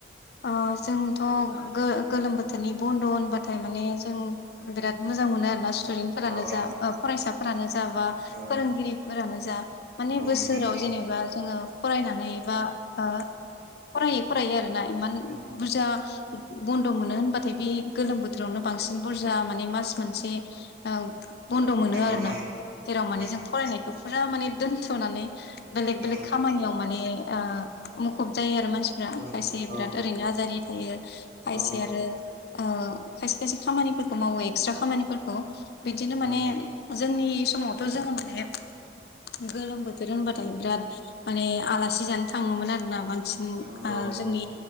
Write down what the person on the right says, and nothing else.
औ
औ
नंगौ
उम
नंगौ
नंगौ
औ
औ
औ
औ
औ
नंगौ